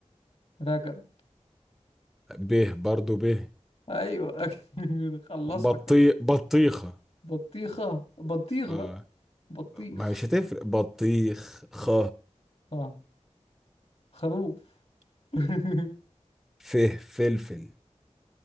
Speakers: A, on the left (about 55°); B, in the centre.
A: رجب
B: به برضو به
A: ايوه <laughs> خلص
B: بطي
A: لك أنا.
B: بطيخة
A: بطيخة بطيخ
B: اه
A: بقى بطيخ
B: ما مش هتفرق بطيخ خ
A: اه خروف <laughs>
B: فه فلفل